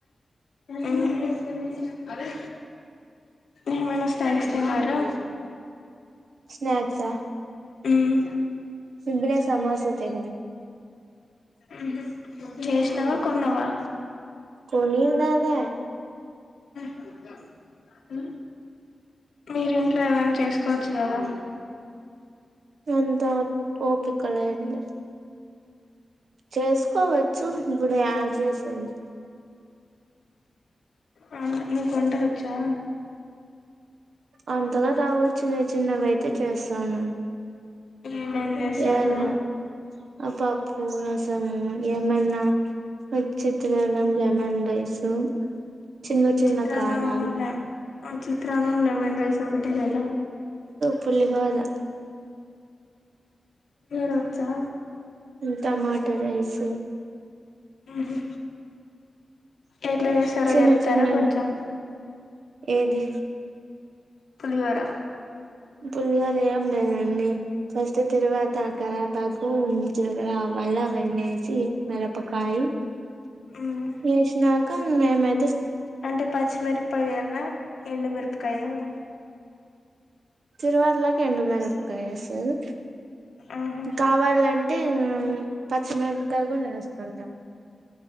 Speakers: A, on the left; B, on the right.
A: ఏం చేస్తున్నారు ఏమైనా స్నాక్స్ తిన్నారా
B: స్నాక్స్ ఆ
A: ఉం
B: ఇప్పుడే సమోసా తిన్నా
A: ఉహు చేసినవా కొన్నావా
B: కొనిన్నవే
A: హు మీరూ ఇంట్లో ఏమనా చేస్ కోవచ్చు కదా
B: అంత ఓపిక లేదు లే చేసుకోవచ్చు ఇప్పుడు యాడ చేసేది
A: ఆ అ మీకు వంట వచ్చా
B: అంతగా రావు చిన్న చిన్నవైతే చేస్తాను
A: ఏమేం చేస్తారు
B: ఏంట అ పప్పు రస త్తము ఏమన్న చిత్రనం లెమన్ రైస్ చిన్న చిన్న
A: చిత్రాన్నంలె
B: కారాలు
A: ఆ చిత్రాన్నం లెమన్ రైస్ ఒకటే కదా
B: పులిహోర
A: <unintelligible> వచ్చా
B: టమాటా రైస్
A: ఉహు ఎట్లా చేస్తారో
B: చిన్న
A: చెప్తారా
B: చిన్నగా
A: కొంచెం
B: ఏది
A: పులిగోర
B: పుల్లిగోర ఏం లేదండి ఫస్ట్ తిరువాతా అక్కరా ఆకు జీలకర్ర మళ్ళ అవన్నీ వేసి మిరపకాయి
A: ఉమ్
B: వేసినాక మే మే
A: అంటే పచ్చిమిరపకాయ వేయాలనా ఎండు మిరపకాయ వేయాలనా
B: చిరువాలకు ఎండు మిరపకాయ వేస్తారు
A: ఆహా
B: కావాలంటే పచ్చిమిరపకాయ కూడా వేస్తుంటాం